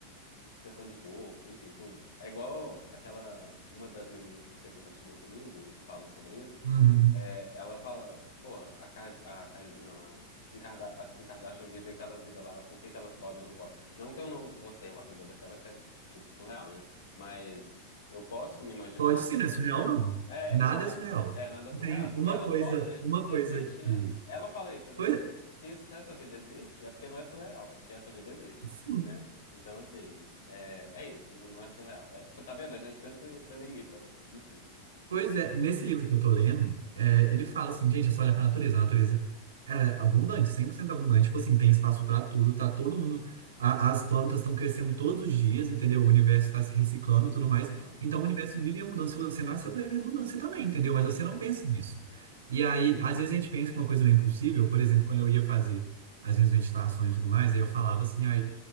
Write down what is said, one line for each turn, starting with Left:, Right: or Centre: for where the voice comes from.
Left: questão de corpo, enfim, tudo. É igual aquela, uma das meninas que você compartilhou comigo, que falam sobre isso,
Right: Uhum.
Left: é, ela fala, porra, a, Card a Cardi B não, a Kim Karda- as Kim Kardashian vivem aquela vida lá, por que que elas podem e eu não posso? Não que eu não vou ter uma vida daquela que é, tipo, surreal, né? Mas eu posso me imaginar
Right: Pode sim, não é surreal, não.
Left: é,
Right: Nada
Left: exato.
Right: é surreal.
Left: É nada surreal,
Right: Tem uma
Left: porque elas
Right: coisa,
Left: podem, né?
Right: uma coisa
Left: Se existe, né?
Right: que.
Left: Ela fala isso exatamente.
Right: Pois é,
Left: Se, se essa vida existe, é porque não é surreal, é porque essa vida existe,
Right: sim.
Left: né? Então, assim, é, é isso, não, não é surreal. É, pô, tá vendo? A gente sempre se limita ali, enfim.
Right: Pois é, nesse livro que eu tô lendo, é, ele fala assim, gente, é só olhar pra natureza. A natureza, ela é abundante, 100% abundante. Tipo assim, tem espaço pra tudo, tá todo mundo... a- as plantas estão crescendo todos os dias, entendeu? O universo tá se reciclando e tudo mais.
Left: Uhum.
Right: Então, o universo vive a mudança. Se você nasceu pra viver a mudança também, entendeu?
Left: Sim,
Right: Mas você não pensa nisso. E aí, às vezes a gente pensa que uma coisa não é impossível. Por exemplo, quando eu ia fazer as minhas meditações e tudo mais, aí eu falava assim, ah,